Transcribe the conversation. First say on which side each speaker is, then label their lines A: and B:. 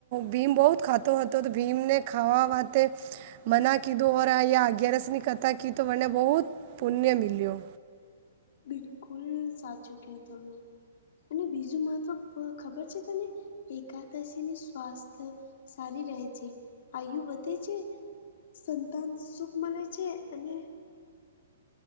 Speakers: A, on the right; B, on the left.
A: ભીમ બહુ ખાતો હતો. ભીમને ખાવા વાતે. મને કીધું આ અગિયારસની કથા કી તો વને બહુત પુણ્ય મિલ્યો.
B: બિલકુલ, સાચું કહ્યું તમે. અને બીજું, મહત્વ ખબર છે તને? એકાદશીને સ્વાસ્થ્ય સારી રહે છે, આયુ વધે છે. સંતાન સુખ મળે છે, અને